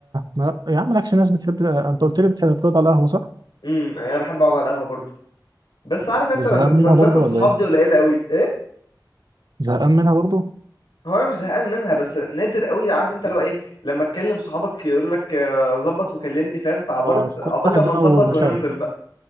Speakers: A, on the right; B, on the left.
A: ما... يا عم مالكش ناس بتحب انت قلت لي بتحب تقعد على القهوه صح
B: امم يعني انا بحب اقعد على القهوه برضه بس عارف انت
A: زهقان
B: نز-
A: منها
B: نزلات
A: برضه
B: الصحاب
A: ولا ايه
B: دي قليله قوي ايه
A: زهقان منها برضه
B: هو انا مش زهقان منها بس نادر قوي عارف انت لو ايه لما اتكلم صحابك يقول لك آه، ظبط وكلمني فاهم فعبرت
A: اه
B: عقبال
A: كل واحد
B: لما
A: بقى
B: نظبط
A: ومشاغله
B: وننزل بقى